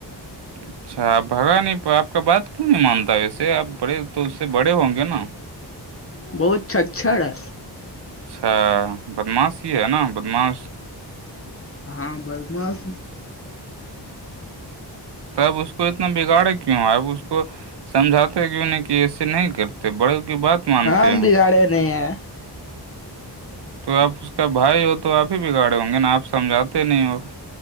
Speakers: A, on the right; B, on the left.
A: اچھا بھگا نہیں آپ کا بات کیوں نہیں مانتا ویسے آپ بڑے تو اس سے بڑے ہوں گے نا
B: بہت چچچاا
A: اچھا بدماش ہی ہے نا بدماس
B: ہاں برمف
A: تو اب اس کو اتنا بگاڑ کیوں اب اس کو سمجھاتے کیوں نہیں کہ اسے نہیں کرتے تو بڑے کی بات مانتے
B: ہاں ہم
A: ہیں
B: بگاڑے نہیں ہے
A: تو آپ اس کا بھائی ہو تو آپ ہی بگاڑے ہوں گے نا آپ سمجھاتے نہیں ہوگا